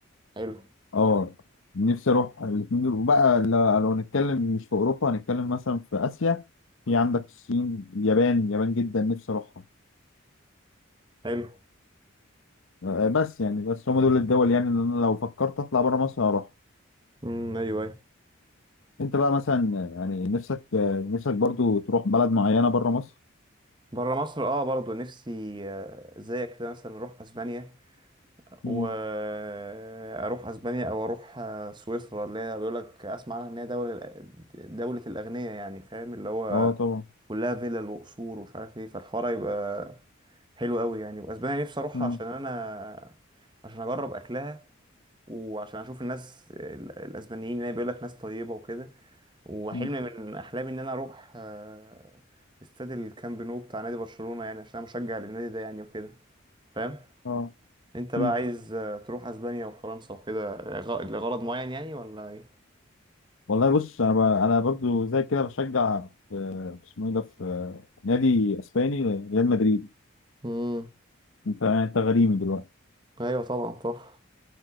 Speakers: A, on the right; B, on the left.
A: حلو
B: اه نفسي اروح الاتنين دول وبقى ل- لو هنتكلم مش في اوروبا هنتكلم مثلا في اسيا في عندك الصين اليابان اليابان جدا نفسي اروحها
A: حلو
B: آه، بس يعني بس هم دول الدول يعني اللي انا لو فكرت اطلع بره مصر هروح
A: امم ايوه ايوه
B: انت بقى مثلا آه، يعني نفسك آه، نفسك برضو تروح بلد معينة بره مصر
A: بره مصر اه برضو نفسي آه، زيك كده مثلا نروح اسبانيا
B: مم.
A: واروح اسبانيا او اروح سويسرا اللي هي بيقول لك اسمع عنها ان هي دوله دوله الاغنياء يعني فاهم اللي هو
B: اه طبعا
A: كلها فيلل وقصور ومش عارف ايه فالحوار يبقى حلو قوي يعني واسبانيا نفسي اروحها
B: مم.
A: عشان انا عشان اجرب اكلها وعشان اشوف الناس ال- الاسبانيين اللي بيقول لك ناس طيبه وكده وحلم
B: مم.
A: من احلامي ان انا اروح آه، استاد الكامب نو بتاع نادي برشلونه يعني عشان انا مشجع للنادي ده يعني وكده فاهم
B: اه
A: انت بقى
B: مم.
A: عايز آه، تروح اسبانيا وفرنسا وكده لغ- لغرض معين يعني ولا ايه
B: والله بص انا ب... انا برضو زي كده بشجع في- اسمه ايه ده في آه، نادي اسباني ريال مدريد
A: امم
B: انت يعني انت غريمي دلوقتي
A: ايوه طبعا طبعا